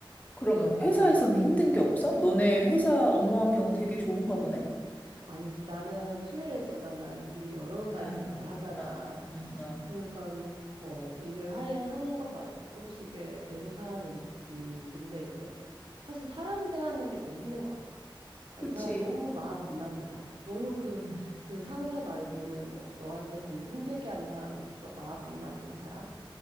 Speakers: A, on the left; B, on the right.
A: 그러면 회사에서는 힘든 게 없어? 너네 회사 업무 환경은 되게 좋은가 보네?
B: 아니지. 나는 프리랜서잖아. 일이 여러 가지
A: 아, 아,
B: 일을 하잖아.
A: 아, 아, 아. 아.
B: 그러니까, 어, 일을 하, 하는 것마다 조금씩의 애로사항은 있지. 근데 이제 뭐, 사실 사람 대하는 게 제일 힘든 것 같아. 아,
A: 그치.
B: 이 사람 너무 마음 안 맞는 사람. 너는 그,
A: 음,
B: 그 상사 말고는 뭐, 너한테 좀 힘들게 하는 사람은 없어? 마음 안 맞는 사람?